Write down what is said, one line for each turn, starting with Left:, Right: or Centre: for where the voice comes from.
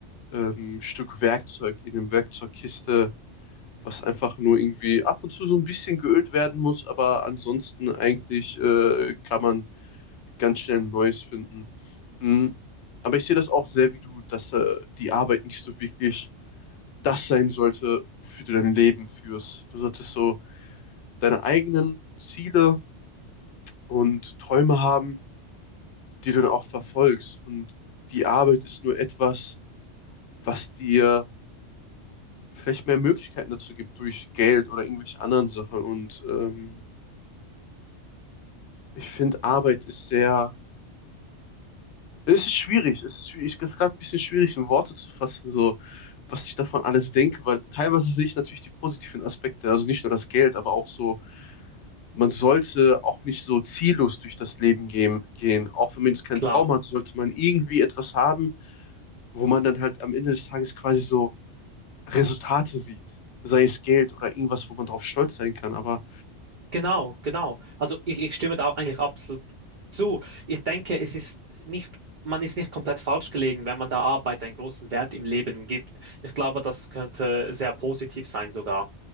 Left: ähm, Stück Werkzeug in einem Werkzeugkiste, was einfach nur irgendwie ab und zu so ein bisschen geölt werden muss, aber ansonsten eigentlich äh, kann man ganz schnell ein neues finden. Mhm. Aber ich sehe das auch sehr wie du, dass äh, die Arbeit nicht so wirklich das sein sollte, wofür du dein Leben führst. Du solltest so deine eigenen Ziele und Träume haben, die du dann auch verfolgst. Und die Arbeit ist nur etwas, was dir vielleicht mehr Möglichkeiten dazu gibt durch Geld oder irgendwelche anderen Sachen. Und ähm, Ich finde, Arbeit ist sehr, es ist schwierig, es ist schwierig, es ist gerade ein bisschen schwierig, in Worte zu fassen, so, was ich davon alles denke, weil teilweise sehe ich natürlich die positiven Aspekte, also nicht nur das Geld, aber auch so, man sollte auch nicht so ziellos durch das Leben gehen, gehen. Auch wenn man jetzt keinen
Right: klar.
Left: Traum hat, sollte man irgendwie etwas haben, wo man dann halt am Ende des Tages quasi so Resultate sieht. Sei es Geld oder irgendwas, wo man drauf stolz sein kann. Aber
Right: Genau, genau. Also ich, ich stimme da eigentlich absolut zu. Ich denke, es ist nicht, man ist nicht komplett falsch gelegen, wenn man der Arbeit einen großen Wert im Leben gibt. Ich glaube, das könnte sehr positiv sein sogar.